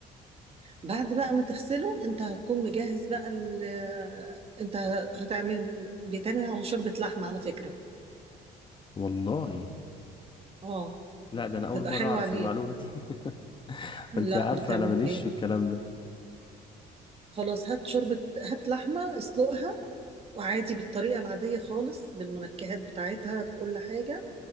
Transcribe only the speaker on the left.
والله
لا ده انا
اول مرة
اعرف
المعلومة دي <laughs>
انت عارفة
انا ماليش
في الكلام ده